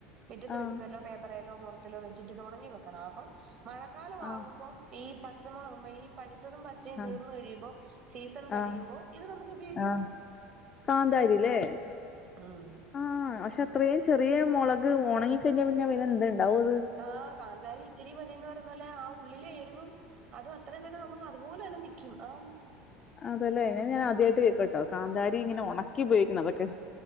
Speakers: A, on the right; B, on the left.
A: മുറ്റത്ത്
B: ആഹ്
A: വെചുവെല്ലോ പേപ്പറേല്ലോ മൊറത്തിലോ വെച്ചിട്ട് ഇതോണങ്ങി വെക്കണം അപ്പം മഴക്കാലമാകുമ്പം
B: ആഹ്
A: ഈ പച്ചമുളക് ഈ പഴുത്തതും പ ചേ
B: ആഹ്
A: തീർന്നു കഴിയുമ്പോ സീസൺ കഴിയുമ്പോ
B: ആഹ്
A: ഇത് നമുക്ക് ഉപയോഗിക്കാം
B: ആഹ് കാന്താരില്ലേ
A: ഉം
B: ആഹ് പക്ഷെ അത്രയും ചെറിയ മൊളക് ഒണങ്ങി കഴിഞ്ഞാ പിന്ന പിന്ന എന്തു ഉണ്ടാവ അത്
A: ആഹ് കാന്താരി ഇത്തിരി മതിന്ന് പറഞ്ഞ പോലെ ആ ഉള്ളിലെരുവും അത് അത്രയും തന്നെ നമുക്ക് അതുപോലെ തന്നെ നിക്കും ആഹ്
B: അതല്ലേ അത് ഞാന് ആദ്യയിട്ട് കേക്ക കേട്ടോ കാന്താരി ഇങ്ങനെ ഒണക്കി ഉപോഗിക്കണതൊക്കെ